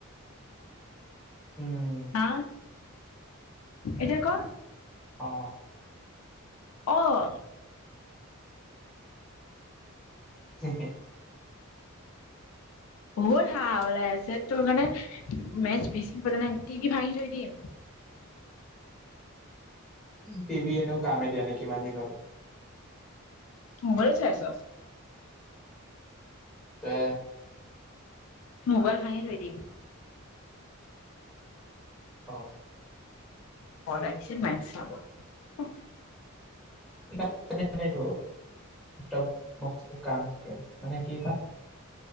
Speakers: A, in the centre; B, on the left (about 70°).
A: উম
B: হা এতিয়া ক
A: অ
B: অহ
A: <unintelligible>
B: হল হা ওলাই আছে তোৰ মে মেচ বেছি প নাই টিভি ভাঙি থৈ দিম।
A: টিভি এনেও কামে দিয়া নে কিমান দিনত
B: মোবাইলত চাই আছ,
A: তে
B: মোবাইল ভাঙি থৈ দিম।
A: অ
B: পঢ়াইছে মাব <unintelligible>
A: লেপটপ <unintelligible> মানে কি